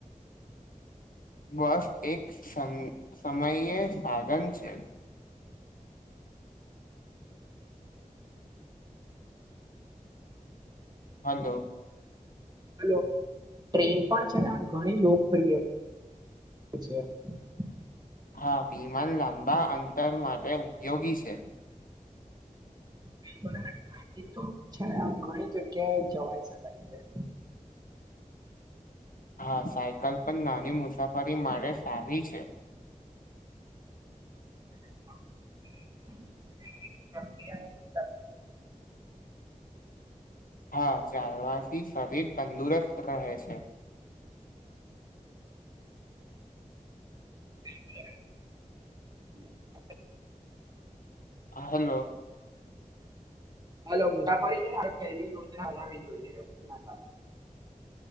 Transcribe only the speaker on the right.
હલો, ટ્રેન પણ છેને આમ્ ઘણી લોકપ્રિય <unintelligible> અચછા <unintelligible>
બિલકુલ કા તો છે ને આમ ઘણી જગ્યાએ જવાઈ શકાય છે <unintelligible> <inaudible>
હિયા <unintelligible>
બિલકુલ. <unintelligible>
હલો ના ફરી છે ને પહેલી યોજના બનાવી જોઈએ તેના કારણે <unintelligible> <inaudible>